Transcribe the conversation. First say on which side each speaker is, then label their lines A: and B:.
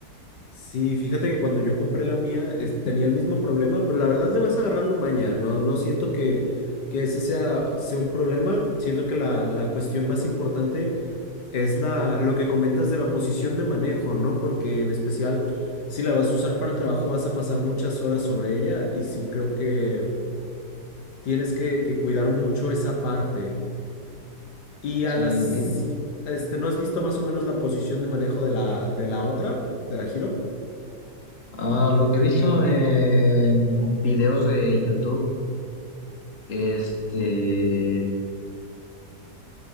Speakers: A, on the left (about 75°); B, on the left (about 50°).
A: Sí, fíjate que cuando yo compré la mía es- tenía el mismo problema, pero la verdad le vas agarrando maña. No, no siento que, que ese sea, sea un problema. Siento que la, la cuestión más importante es la, lo que comentas de la posición de manejo, ¿no? Porque en especial, si la vas a usar para el trabajo, vas a pasar muchas horas sobre ella y sí creo que tienes que, que cuidar mucho esa parte. Y
B: Sí,
A: a las, si-
B: y
A: este, ¿no has visto más o menos la posición de manejo de la, de la otra, de la giro
B: a lo que he visto en videos de YouTube, este, eh,